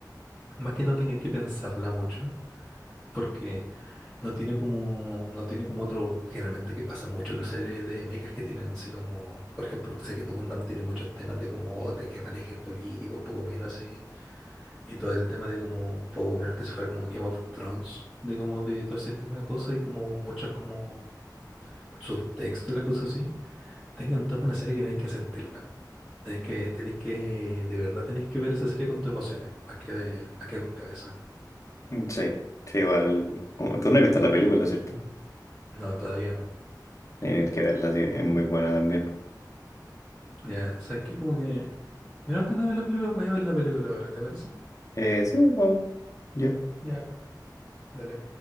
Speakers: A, in the centre; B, on the left.
A: más que no tenga que pensarla mucho, porque No tiene como, no tiene como otro, generalmente que pasa mucho en las series de mechas que tienen así como, por ejemplo, sé que tu Gundam tiene muchos temas de como oh, te que manejes políticos, poco menos así, y todo el tema de como, poco menos que se fuera como un Game of Thrones, de como de todo ese tema de cosas y como muchos como subtextos y la cosa así, tengan toda una serie que tenéis que sentirla. Tenéis que, tenéis que, de verdad tenéis que ver esa serie con tus emociones, más que de, más que con cabeza.
B: Mm, Sí, sí, igual, como, tú no has visto la película, ¿cierto?
A: No, todavía no.
B: Tienes que verla, sí, es muy buena también.
A: Ya, ¿sabes qué? Como que Me dan ganas de ver la película, voy a ver la película ahora, ¿te parece?
B: Eh, sí, wow. Ya.
A: Ya, dale.